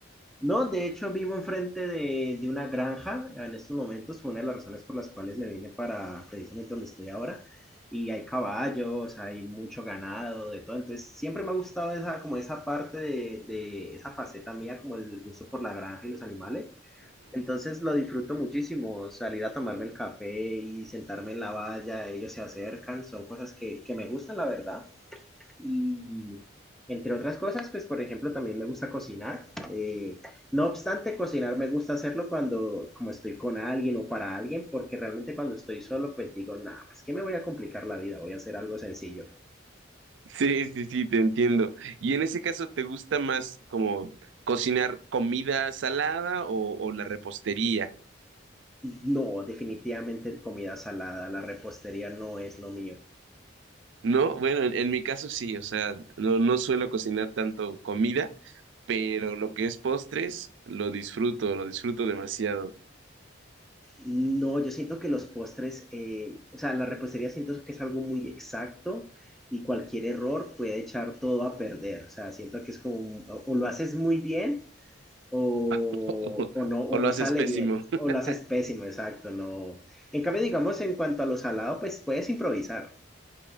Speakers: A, in the centre; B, on the right.
A: No, de hecho vivo enfrente de, de una granja en estos momentos, fue una de las razones por las cuales me vine para precisamente donde estoy ahora, y hay caballos, hay mucho ganado, de todo, entonces siempre me ha gustado esa, como esa parte de, de esa faceta mía, como el gusto por la granja y los animales, entonces lo disfruto muchísimo, salir a tomarme el café y sentarme en la valla, ellos se acercan, son cosas que, que me gustan, la verdad, y entre otras cosas, pues por ejemplo, también me gusta cocinar. Eh, no obstante, cocinar me gusta hacerlo cuando como estoy con alguien o para alguien, porque realmente cuando estoy solo, pues digo, nada, pues que me voy a complicar la vida, voy a hacer algo sencillo.
B: Sí, sí, sí, te entiendo. Y en ese caso, ¿te gusta más como cocinar comida salada o, o la repostería?
A: No, definitivamente comida salada, la repostería no es lo mío.
B: No, bueno, en, en mi caso sí, o sea, no, no suelo cocinar tanto comida, pero lo que es postres lo disfruto, lo disfruto demasiado.
A: No, yo siento que los postres, eh, o sea, la repostería siento que es algo muy exacto y cualquier error puede echar todo a perder. O sea, siento que es como, o, o lo haces muy bien o,
B: <laughs>
A: o no, o
B: O
A: no
B: lo haces
A: sale
B: pésimo.
A: bien,
B: <laughs>
A: o lo haces pésimo, exacto, no. En cambio, digamos, en cuanto a lo salado, pues puedes improvisar,